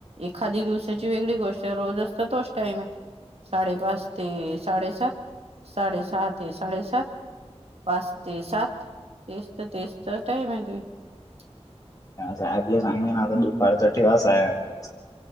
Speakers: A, on the right; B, on the left.
A: एखादी दिवसाची वेगळी गोष्ट आहे रोज असत तोच टाईम आहे. साडेपाच ते साडे सात साडे सहा ते साडे सात पाच ते सात तेच ते तेच तर टाईम आहे त
B: साहेबला सांगे ना आता दुपारचा ठेवासा आहेकज.